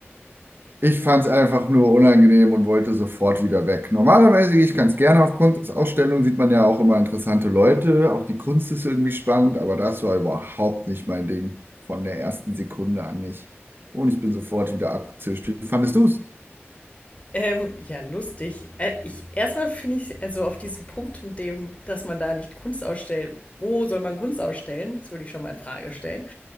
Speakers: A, on the right (about 50°); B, on the left (about 30°).
A: Ich fand es einfach nur unangenehm und wollte sofort wieder weg. Normalerweise gehe ich ganz gerne auf Kunstausstellungen, sieht man ja auch immer interessante Leute, auch die Kunst ist irgendwie spannend, aber das war überhaupt nicht mein Ding. Von der ersten Sekunde an nicht. Und ich bin sofort wieder abgezischt. Wie fandest du es?
B: Ähm, ja, lustig. Äh, ich erstmal finde ich also auf diesen Punkt mit dem, dass man da nicht Kunst ausstellt. Wo soll man Kunst ausstellen? Das würde ich schon mal in Frage stellen.